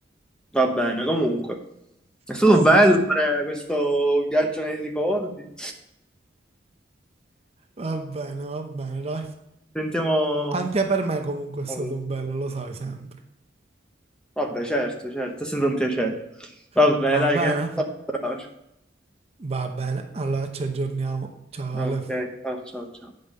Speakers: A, in the centre; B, on the right.
A: Va bene, comunque. È stato
B: Comunque,
A: bello fare questo viaggio nei ricordi.
B: va bene, va bene, dai.
A: Sentiamo...
B: Anche per me comunque è stato
A: Oh,
B: bello, lo sai sempre.
A: Vabbè, certo, certo, è sempre un piacere. Vabbè,
B: Va
A: dai,
B: bene?
A: che mi fa bravo.
B: Va bene, allora ci aggiorniamo. Ciao
A: Ok,
B: Ale.
A: ciao, ciao, ciao.